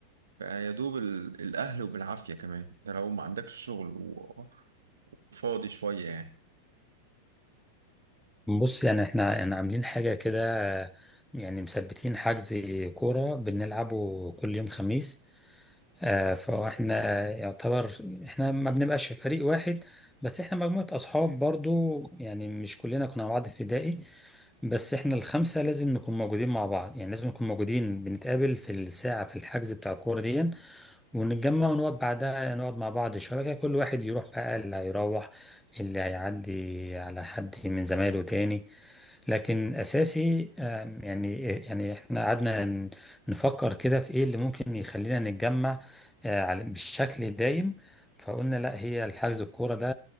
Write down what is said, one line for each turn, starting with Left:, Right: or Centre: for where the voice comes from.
Right: بقى يا دوب ال- الأهل وبالعافية كمان ده لو ما عندكش شغل و- وفاضي شوية يعني
Centre: بص يعني احنا يعني عاملين حاجة كده يعني مثبتين حجز كورة بنلعبه كل يوم خميس آه فاحنا يعتبر احنا ما بنبقاش في فريق واحد بس احنا مجموعة أصحاب برضو يعني مش كلنا كنا مع بعض في ابتدائي بس احنا الخمسة لازم نكون موجودين مع بعض يعني لازم نكون موجودين بنتقابل في الساعة في الحجز بتاع الكورة دي ونتجمع ونقعد بعدها نقعد مع بعض شوية كده كل واحد يروح بقى اللي هيروح اللي هيعدي على حد من زمايله تاني لكن أساسي آم، يعني يعني احنا قعدنا ن- نفكر كده في ايه اللي ممكن يخلينا نتجمع آه، على- بالشكل دايم فقلنا لا هي الحجز الكورة ده